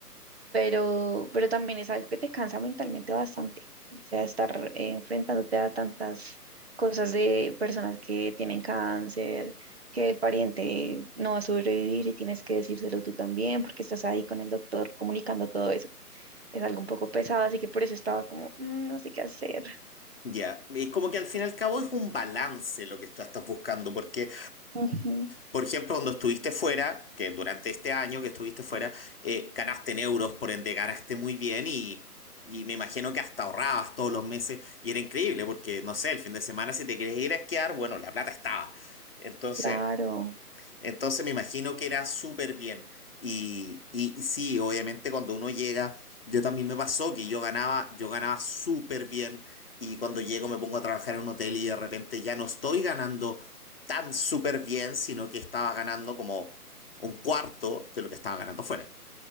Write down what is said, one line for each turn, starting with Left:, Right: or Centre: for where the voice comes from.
Right: pero, pero también es algo que te cansa mentalmente bastante. O sea, estar eh, enfrentándote a tantas cosas de personas que tienen cáncer, que el pariente no va a sobrevivir y tienes que decírselo tú también porque estás ahí con el doctor comunicando todo eso. Es algo un poco pesado, así que por eso estaba como, "Mm, no sé qué hacer.
Left: Ya, y como que al fin y al cabo es un balance lo que tú estás buscando, porque
Right: Ujú,
Left: por ejemplo, cuando estuviste fuera, que durante este año que estuviste fuera, eh, ganaste en euros, por ende ganaste muy bien y, y me imagino que hasta ahorrabas todos los meses y era increíble porque, no sé, el fin de semana si te querías ir a esquiar, bueno, la plata estaba. Entonces,
Right: claro,
Left: entonces me imagino que era súper bien. Y, y- y sí, obviamente cuando uno llega, yo también me pasó que yo ganaba, yo ganaba súper bien y cuando llego me pongo a trabajar en un hotel y de repente ya no estoy ganando tan súper bien, sino que estaba ganando como un cuarto de lo que estaba ganando fuera.